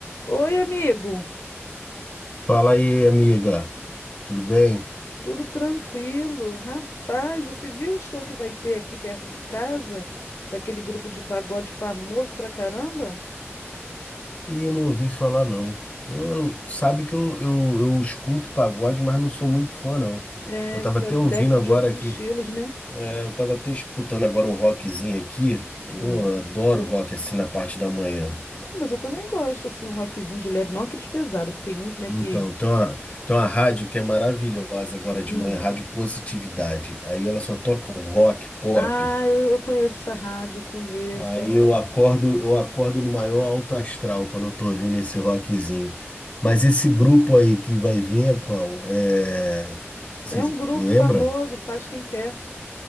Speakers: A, on the left; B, on the left.
A: Oi, amigo.
B: Fala aí, amiga. Tudo bem?
A: Tudo tranquilo? Rapaz, você viu o show que vai ter aqui perto de casa? Daquele grupo de pagode famoso pra caramba?
B: Ih, não ouvi falar, não. Eu, eu- sabe que eu, eu, eu escuto pagode, mas não sou muito fã, não.
A: É,
B: Eu tava
A: você
B: até
A: é adepto
B: ouvindo agora
A: de outros
B: aqui.
A: estilos, né?
B: é, eu tava até escutando agora um rockzinho aqui.
A: Hum.
B: Pô, eu adoro rock assim na parte da manhã.
A: Ah, Mas eu também gosto, assim, um rockzinho de leve, não aqueles pesados, que tem uns, né,
B: Então,
A: que...
B: tem uma, tem uma rádio que é maravilhosa agora de
A: Hum.
B: manhã, Rádio Positividade. Aí ela só toca um rock, pop.
A: Ah, eu eu conheço essa rádio, eu conheço,
B: Aí
A: é, mas
B: eu acordo, eu acordo no maior alto astral quando eu tô ouvindo esse rockzinho. Mas esse grupo aí que vai vir é qual? É... Vocês
A: é um grupo
B: lembram?
A: famoso, faz quem quer.